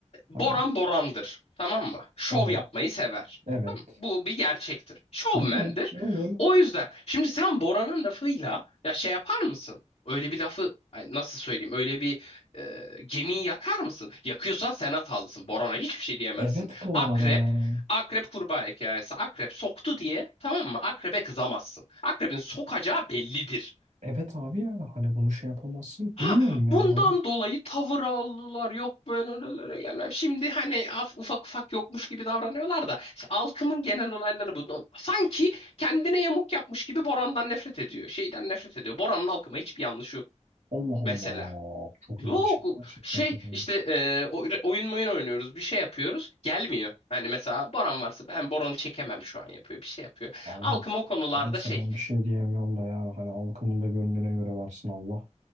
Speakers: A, on the left; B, on the right.
A: Boran
B: hani
A: Boran'dır. Tamam mı? Şov
B: evet
A: yapmayı sever.
B: evet
A: Tamam. mı? Bu bir gerçektir. Şovmendir.
B: öyle öyle öyle.
A: O yüzden şimdi sen Boran'ın lafıyla ya şey yapar mısın? Öyle bir lafı ay nasıl söyleyeyim? Öyle bir e, gemiyi yakar mısın? Yakıyorsan sen hatalısın. Boran'a hiçbir şey diyemezsin.
B: Evet bu
A: Akrep
B: arada yani.
A: Akrep kurbağa hikayesi. Akrep soktu diye tamam mı? Akrebe kızamazsın. Akrebin sokacağı bellidir.
B: Evet abi yani hani bunu şey yapamazsın.
A: Ha,
B: Bilmiyorum ya
A: bundan
B: ben.
A: dolayı tavır aldılar. Yok böyle öylelere gelmem. Şimdi hani af, ufak ufak yokmuş gibi davranıyorlar da işte halkımın genel olayları bu. No, Sanki kendine yamuk yapmış gibi Boran'dan nefret ediyor. Şeyden nefret ediyor. Boran'ın halkıma hiçbir yanlışı yok
B: Allah Allah.
A: mesela.
B: Çok
A: Yok
B: ilginç. Gerçekten
A: şey
B: çok ilginç.
A: işte e, o- oyun oyun oynuyoruz bir şey yapıyoruz gelmiyor. Hani mesela Boran varsa ben Boran'ı çekemem şu an yapıyor bir şey yapıyor.
B: Abi
A: Halkım o konularda
B: neyse
A: şey
B: ben bir şey diyemiyorum da yani hani halkımın da gönlüne göre versin Allah.